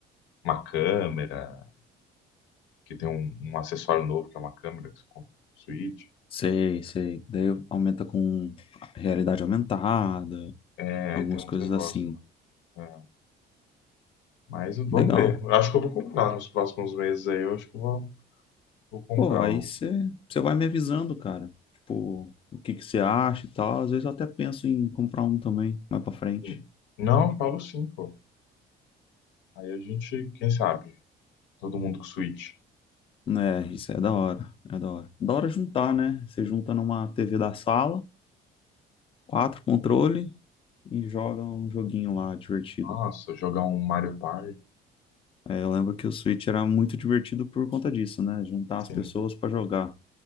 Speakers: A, on the left; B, on the left.
A: uma câmera, que tem um, um acessório novo, que é uma câmera que você compra no Switch.
B: Sei, sei. Daí aumenta com realidade aumentada,
A: É,
B: algumas
A: aí tem uns
B: coisas
A: negócios
B: assim.
A: lá. É, mas vamos
B: Legal.
A: ver. Eu acho que eu vou comprar nos próximos meses aí. Eu acho que eu vou, vou comprar
B: Pô, aí
A: o.
B: você você vai me avisando, cara. Tipo, o que que você acha e tal. Às vezes eu até penso em comprar um também, mais pra frente.
A: Hum. Não, falo sim, pô. Aí a gente, quem sabe? Todo mundo com Switch.
B: Né, isso é da hora, é da hora. Da hora juntar, né? Você junta numa TV da sala, quatro controle e joga um joguinho lá divertido.
A: Nossa, jogar um Mario Party.
B: É, eu lembro que o Switch era muito divertido por conta disso, né? Juntar
A: Sim.
B: as pessoas pra jogar.